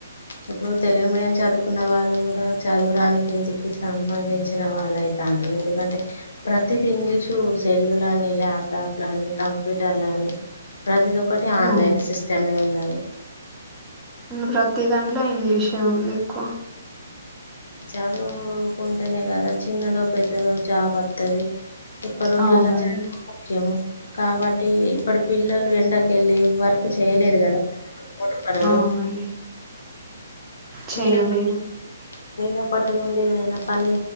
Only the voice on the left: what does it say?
ఇప్పుడు తెలుగు మీడియం చదువుకున్న వాళ్ళు కూడా చదువురానికిందికి సంబంధించి చిన వాళ్ళు అయిత్రాండు ఎందుకంటే ప్రతిది ఇంగ్లీషు సెల్లులని ల్యాప్టాప్లని కం కంప్యూటర్లని ప్రతిది ఒక్కటి ఆన్లైన్
సిస్టమే ఉన్నాది
చదూవుకున్ టేనే గదా చిన్నదో పెద్దదో జాబ్ వత్తది ఇప్పరోళ్ళల్ల
చదువు ముఖ్యము కాబట్టి ఇప్పడి పిల్లలు ఎ డకెళ్ళి వర్క్ చేయలేరు గద మోటు పనులు
లేదఅప్పడు నేన అప్ అప్పటి నుండి ఏదైన పని